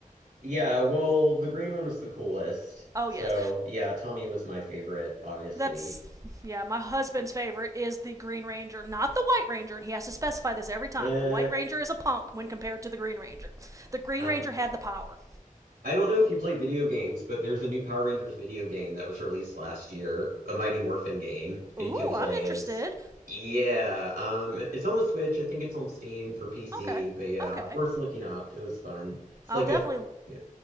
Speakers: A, on the right; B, on the right.
A: yeah. Well, the green one was the coolest.
B: <laughs> oh
A: So
B: yes.
A: yeah, Tommy was my favorite, obviously.
B: That's yeah, my husband's favorite is the Green Ranger, not the White Ranger, and he has to specify this every time.
A: Uh,
B: The White Ranger is a punk when compared to the Green Ranger. The Green
A: um,
B: Ranger had the power.
A: I don't know if you play video games, but there's a new Power Rangers video game that was released last year, a Mighty Morphin game, and
B: Ooh,
A: you can play
B: I'm interested.
A: as. Yeah, um, it's on the Switch. I think it's on Steam for PC,
B: Okay.
A: but yeah,
B: Okay.
A: worth looking up. It was fun. It's
B: I'll
A: like
B: definitely
A: a, yeah.